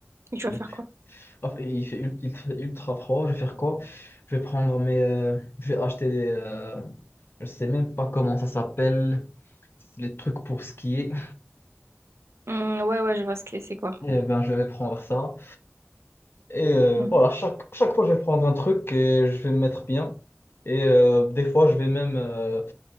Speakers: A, on the right; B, on the left.
A: tu
B: il,
A: vas faire quoi?
B: enfin, il fait ult- il fait ultra froid. Je vais faire quoi? Je vais prendre mes, euh, je vais acheter des, euh, je sais même pas comment ça s'appelle, les trucs pour skier.
A: Hmm, ouais, ouais, je vois ce que c'est quoi.
B: Eh ben, je vais prendre ça. Et euh,
A: Mhm.
B: voilà, chaque, chaque fois, je vais prendre un truc et je vais me mettre bien. Et euh, des fois, je vais même euh,